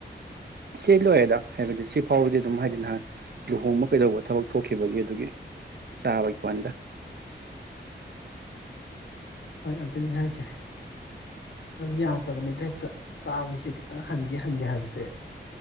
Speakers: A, on the right; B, on the left.
A: ꯁꯤ ꯂꯣꯏꯔꯦꯗ ꯍꯥꯏꯕꯗꯤ ꯁꯤ ꯐꯥꯎꯕꯗꯤ ꯑꯗꯨꯝ ꯍꯥꯏꯗꯤ ꯅꯍꯥꯟ ꯂꯨꯍꯣꯡꯕ ꯀꯩꯗꯧꯕ ꯊꯕꯛ ꯊꯣꯛꯈꯤꯕꯒꯤ ꯑꯗꯨꯒꯤ ꯆꯥꯕꯒꯤꯋꯥꯅꯤꯗ
B: ꯍꯣꯏ ꯑꯗꯨꯅꯤ ꯍꯥꯏꯁꯦ ꯑꯗꯨꯝ ꯌꯥꯗꯕꯅꯤꯗ ꯍꯦꯛꯇ ꯆꯥꯕꯁꯦ ꯈꯤꯇꯪ ꯍꯟꯒꯦ ꯍꯟꯒꯦ ꯍꯥꯏꯕꯁꯦ